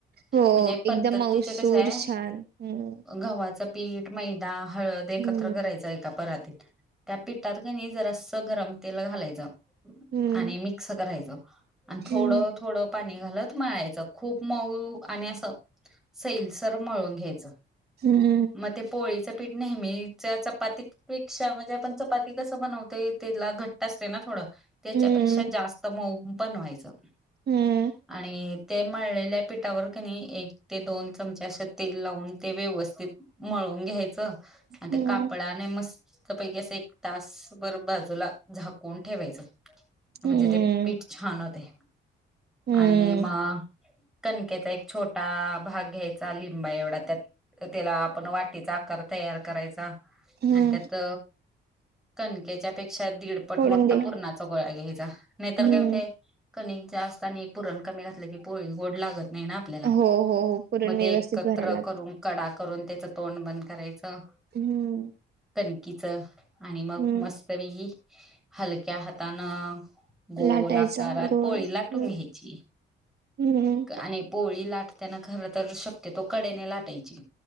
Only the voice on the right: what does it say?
हो
एकदम मऊसूर
<unintelligible>
हम्म.
हम्म
हम्म
हम्म.
हम्म
हम्म
हम्म
हम्म
हम्म
हम्म
हम्म
खोडून
दे.
हम्म
हो हो हो पुरण
व्यवस्थित
भरायला लागत
हम्म
हम्म
लाटायचा
गोल
हम्म
हम्म